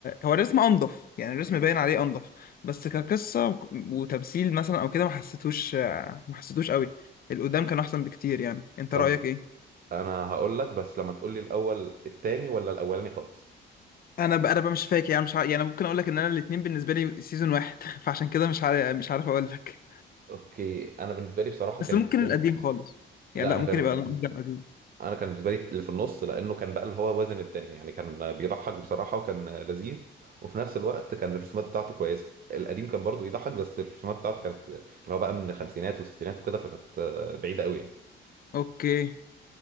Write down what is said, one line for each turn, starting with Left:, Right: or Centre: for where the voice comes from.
Left: هو الرسم أنضف يعني الرسم باين عليه أنضف بس كقصة وتمثيل مثلا أو كده ما حسيتوش ما حسيتوش أوي القدام كان أحسن بكتير يعني أنت
Right: طب
Left: رأيك إيه؟
Right: انا هقول لك بس لما تقول لي الاول التاني ولا الاولاني خالص
Left: أنا بقى أنا بقى مش فاكر يعني مش ع... يعني أنا ممكن أقول لك إن أنا الاتنين بالنسبة لي سيزون واحد <laughs> فعشان كده مش عارف مش عارف أقول لك
Right: اوكي انا بالنسبه لي بصراحه
Left: بس
Right: كان
Left: ممكن
Right: التاني
Left: القديم خالص
Right: لا
Left: يعني لا
Right: انا
Left: ممكن
Right: كان
Left: يبقى
Right: بالنسبه
Left: القديم
Right: انا كان بالنسبه لي اللي في النص لانه كان بقى اللي هو وزن التاني يعني كان بيضحك بصراحه وكان لذيذ وفي نفس الوقت كان الرسومات بتاعته كويسه القديم كان برضه يضحك بس الرسومات بتاعته كانت اللي هو بقى من الخمسينات والستينات وكده فكانت بعيده قوي يعني
Left: أوكي